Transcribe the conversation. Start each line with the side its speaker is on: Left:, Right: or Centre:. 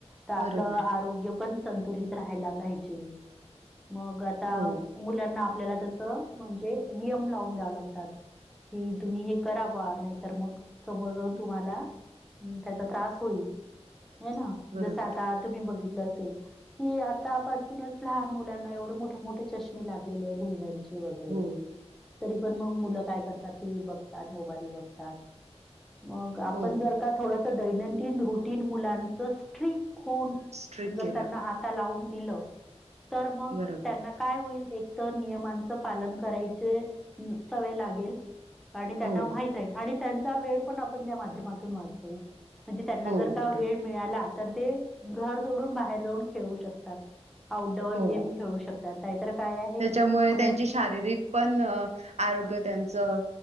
Centre: तर आपलं
Right: बरोबर
Centre: आरोग्य पण संतुलित राहायला पाहिजे मग आता
Right: हो
Centre: मुलांना आपल्याला तसं म्हणजे नियम लावून द्याव लागतात. कि तुम्ही हे करा बा नाहीतर मग समोर जाऊन तुम्हाला त्याचा त्रास होईल हे ना
Right: बरोबर
Centre: जस आता तुम्ही बघित की आतापासूनच लहान मुलांना एवढे मोठे मोठे चष्मे लागलेले भिंगांचे. वगैरे
Right: हो
Centre: तरी पण मग मुलं काय करतात टीव्ही बघतात, मोबाईल बघतात. मग आपण
Right: हो
Centre: जर का थोडस दैनंदिन रुटीन मुलांच स्ट्रीक्ट खून
Right: स्ट्रिक
Centre: जर
Right: केलं
Centre: त्यांना आता लावून दिलं तर मग
Right: बरोबर
Centre: त्यांना काय होईल. एक तर नियमांचं पालन करायचे सवय लागेल. आणि त्यांना
Right: हो
Centre: माहित आहे आणि त्यांचा वेळ पण आपण त्या माध्यमातून वाचवू. म्हणजे त्यांना
Right: हो
Centre: जर का
Right: बरोबर
Centre: वेळ मिळाला तर ते घर सोडून बाहेर जाऊन खेळू शकतात. आउटडोअर
Right: हो
Centre: गेम खेळू शकतात नाहीतर काय आहे.
Right: त्याच्यामुळे
Centre: मुलं
Right: त्यांची शारीरिक पण आरोग्य त्यांचं